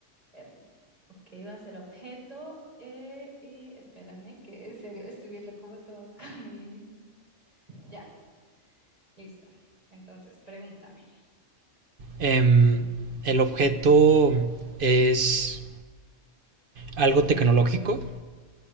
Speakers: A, on the right; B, on the right.
A: Eh, ok, va a ser objeto eh, y espérame, que en serio estoy viendo cómo te va <laughs> a mi, Ya, listo. Entonces, pregúntame.
B: em, el objeto es algo tecnológico.